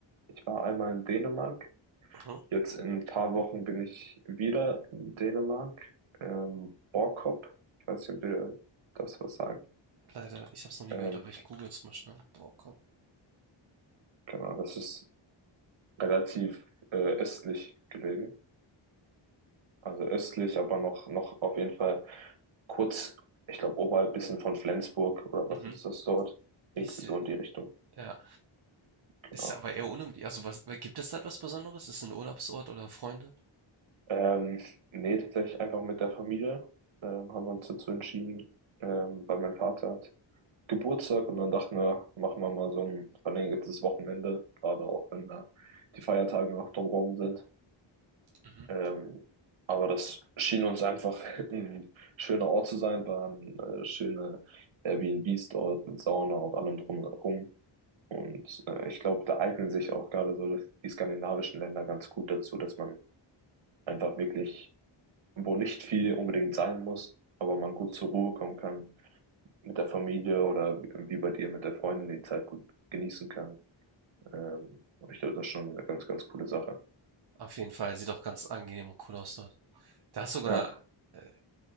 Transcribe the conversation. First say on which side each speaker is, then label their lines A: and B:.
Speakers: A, on the right (about 75°); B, on the right (about 55°).
A: ich war einmal in Dänemark.
B: Aha.
A: Jetzt in ein paar Wochen bin ich wieder in Dänemark. Ähm, Borkop. Ich weiß nicht, ob ihr das was sagt.
B: Leider, ich hab's noch nie
A: Ähm,
B: gehört, aber ich google es mal schnell. Boah, komm.
A: Genau, das ist relativ äh, östlich gelegen. Also östlich, aber noch, noch auf jeden Fall kurz, ich glaube, oberhalb bisschen von Flensburg oder was
B: Mhm.
A: ist das dort? Irgendwie
B: Ich sehe,
A: so in die Richtung,
B: ja.
A: genau.
B: Ist aber eher unüblich. Also, was, gibt es da etwas Besonderes? Ist es ein Urlaubsort oder Freunde?
A: Ähm, nee, tatsächlich einfach mit der Familie ähm, haben wir uns dazu entschieden, ähm, weil mein Vater hat Geburtstag und dann dachten wir, machen wir mal so ein verlängertes Wochenende, gerade auch wenn da die Feiertage noch drumherum sind.
B: Mhm.
A: Ähm, aber das schien uns einfach <laughs> ein schöner Ort zu sein, waren äh, schöne Airbnbs dort mit Sauna und allem drum und herum. Und äh, ich glaube, da eignen sich auch gerade so das, die skandinavischen Länder ganz gut dazu, dass man einfach wirklich, wo nicht viel unbedingt sein muss, aber man gut zur Ruhe kommen kann, mit der Familie oder wie bei dir mit der Freundin die Zeit gut genießen kann. Ähm, und ich glaube, das ist schon eine ganz, ganz coole Sache.
B: Auf jeden Fall, sieht auch ganz angenehm und cool aus dort. Da hast sogar,
A: Ja.
B: äh,